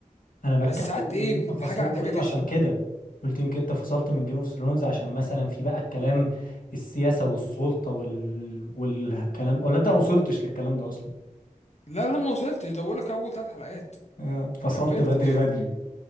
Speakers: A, on the left (about 80°); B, on the left (about 50°).
A: انا بتكلم
B: بس ساعات
A: ان
B: ايه
A: انت فصلت
B: حاجه عن حاجه
A: منه
B: تفرق
A: عشان كده قلت يمكن انت فصلت من جيم اوف ثرونز عشان مثلا في بقى الكلام السياسة والسلطة وال... والكلام ولا انت ما وصلتش للكلام ده اصلا
B: لا لا ما وصلتش ده بقول لك اول ثلاث حلقات
A: آه،
B: ما
A: فصلت
B: كملتش
A: بدري بدري